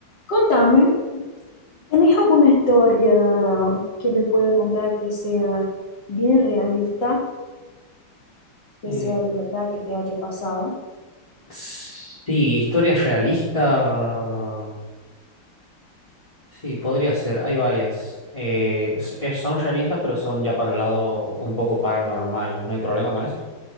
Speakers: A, on the left; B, on the left.
A: Contame, ¿tenés alguna historia que me pueda contar que sea bien realista, que
B: Eh,
A: sea de verdad que te haya pasado?
B: sí, historia realista. Sí, podría ser. Hay varias. Eh, s- es- son realistas, pero son ya para el lado un poco paranormal. ¿No hay problema con eso?